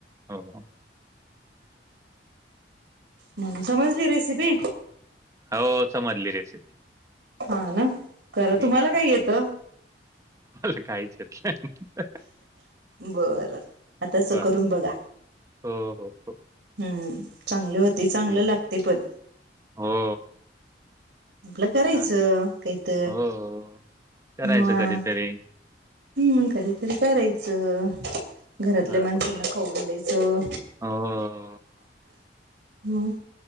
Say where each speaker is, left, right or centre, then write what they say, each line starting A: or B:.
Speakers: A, on the right; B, on the right.
A: हो.
B: म्ह समजली रेसिपी.
A: हो समजली रेसिपी.
B: हा ना करा
A: ठीक
B: तुम्हाला काही येतं.
A: मला काहीच येत नाही.
B: बर आता असं
A: बर
B: करून बघा
A: हो हो हो
B: हम्म. चांगले होते चांगलं
A: ठीक
B: लागते पण
A: हो
B: आपलं करायचं
A: चालेल
B: काहीत
A: हो हो करायचं
B: मग
A: कधीतरी
B: हम्म कधीतरी करायचं घरातल्या
A: बरोबर
B: माणसांना खाऊ घालायचं
A: हो
B: हम्म